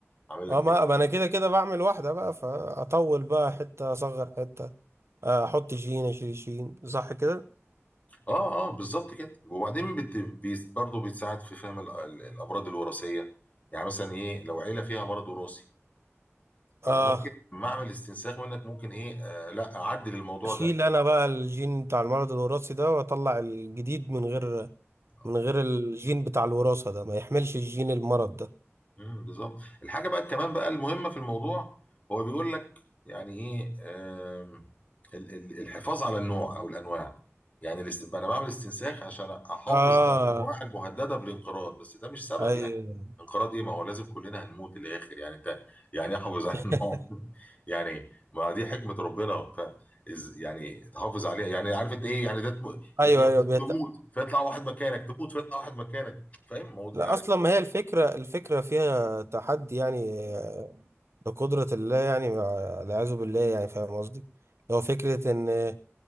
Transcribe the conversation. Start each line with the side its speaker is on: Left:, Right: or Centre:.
Left: عامل لك
Right: اه ما ما انا كده كده بعمل واحده بقى فاطول بقى حته اصغر حته آه، احط جين اشيل جين صح كده
Left: اه اه بالظبط كده وبعدين بت... بيس... برضه بتساعد في فهم ال... ال- الامراض الوراثيه يعني مثلا ايه لو عيله فيها مرض وراثي فانا
Right: اه
Left: ممكن لما اعمل استنساخ منك ممكن ايه آه لا اعدل الموضوع
Right: اشيل
Left: ده يعني
Right: انا بقى الجين بتاع المرض الوراثي ده واطلع الجديد من غير
Left: آه.
Right: من غير الجين بتاع الوراثه ده ما يحملش الجين المرض ده
Left: امم بالظبط الحاجه بقى كمان بقى المهمه في الموضوع هو بيقول لك يعني ايه آم، ال- ال- الحفاظ على النوع او الانواع يعني الاست... انا بعمل استنساخ عشان احافظ
Right: اه
Left: على الانواع المهدده بالانقراض بس ده مش سبب
Right: ايوه
Left: يعني انقراض ايه ما هو لازم كلنا هنموت الاخر يعني انت يعني إيه احافظ على
Right: <laughs>
Left: النوع <laughs> يعني ما دي حكمه ربنا ف إز- يعني تحافظ عليها يعني عارف انت ايه يعني ده تم...
Right: ايوه
Left: إيه، انت
Right: ايوه بيت...
Left: تموت فيطلع واحد مكانك تموت فيطلع واحد مكانك فاهم مو-
Right: لا
Left: يعني
Right: اصلا ما هي الفكره الفكره فيها تحدي يعني آه، لقدره الله يعني مع- والعياذ بالله يعني فاهم قصدي هو فكره ان آه،